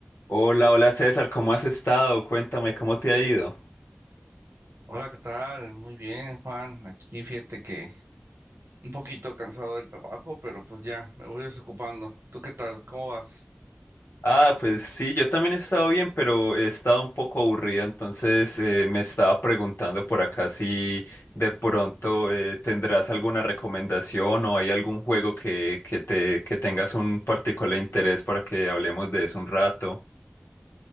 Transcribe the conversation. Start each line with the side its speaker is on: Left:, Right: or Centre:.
Left: Hola, hola César, ¿cómo has estado? Cuéntame, ¿cómo te ha ido?
Right: Hola, ¿qué tal? Muy bien, Juan. Aquí fíjate que un poquito cansado del trabajo, pero pues ya me voy desocupando. ¿Tú qué tal? ¿Cómo vas?
Left: Ah, pues sí, yo también he estado bien, pero he estado un poco aburrido, entonces eh, me estaba preguntando por acá si de pronto eh, tendrás alguna recomendación o hay algún juego que, que te, que tengas un particular interés para que hablemos de eso un rato.